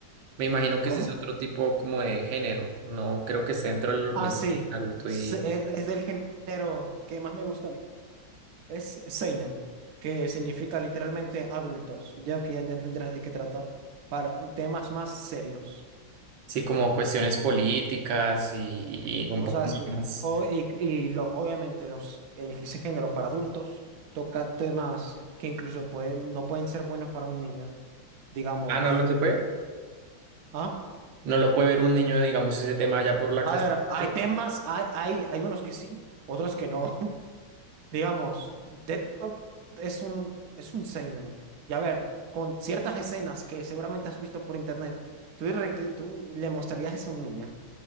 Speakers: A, on the right; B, on the right.
A: Me imagino que
B: ¿Cómo?
A: ese es otro tipo como de género. No creo que esté dentro de lo
B: Ah,
A: mismo
B: sí.
A: que Naruto
B: Se-
A: y
B: Es, es del género que más me gusta a mí. Es Seinen, que significa literalmente adultos. Ya que ya entenderás de qué trata. Para temas más serios.
A: sí, como cuestiones políticas y, y- y un
B: Cosas
A: poco
B: así.
A: más.
B: O, y y lo, obviamente los, el- ese género para adultos toca temas que incluso pueden, no pueden ser buenos para un niño. Digamos.
A: Ah, no, no se puede.
B: ¿Ah?
A: No lo puede ver un niño, digamos, ese tema allá por la
B: A
A: clasificación.
B: ver, hay temas, hay, hay, hay unos que sí, otros que no. Digamos, Death Note es un, es un seinen. Y a ver, con ciertas escenas que seguramente has visto por internet, tú, le tú le mostrarías eso a un niño.